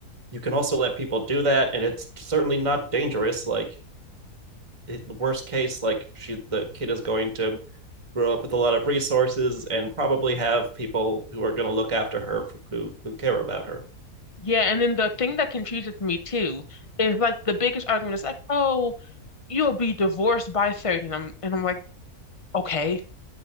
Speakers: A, on the right; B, on the left.
A: you can also let people do that and it's certainly not dangerous like it, the worst case like she the kid is going to grow up with a lot of resources and probably have people who are going to look after her who who care about her
B: Yeah, and then the thing that confuses me too is like the biggest argument is like, oh, you'll be divorced by 30. And I'm and I'm like, okay.